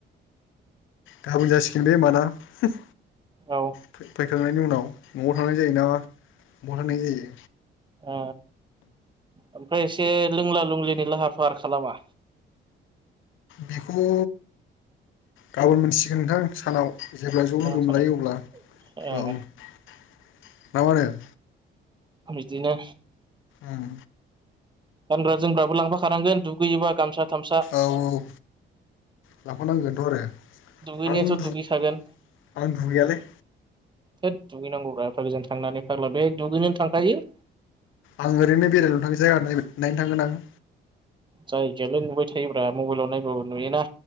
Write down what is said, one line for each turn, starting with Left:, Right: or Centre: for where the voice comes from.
Left: गाबोन जासिगोन बे होमबा ना होम
Right: औ
Left: फै फैखांनायनि उनाव न'आव थांनाय जायोना ब'वा थांनाय जायो
Right: ओ ओमफ्राय एसे लोंला लोंलिनि लाहार फाहार खालामा
Left: बेखौ गाबोन मोनथिगोन नोंथां सानाव जेब्ला ज'
Right: गाबोन
Left: लोगो
Right: सानाव
Left: मोनलायो अब्ला
Right: ओ
Left: औ ना <inaudible>
Right: बिदिनो।
Left: ओम
Right: गानग्रा जोमबाबो लांफाखानांगोन दुगैयोबा गामसा थामसा
Left: औ औ लांफानांगोनथ' आरो
Right: दुगैनायाथ'
Left: आं दु
Right: दुगैखागोन
Left: आं दुगैयालै
Right: थोत दुगैनांगौब्रा एफा गोजान थांनानै फाग्ला बे दुगैनोनो थांखायो।
Left: आं ओरैनो बेरायल थाङो जायगा नायनो नायनो थांगोन आं
Right: जायगायालाय नुबाय थायोब मबाइलाव नायबाबो नुयोना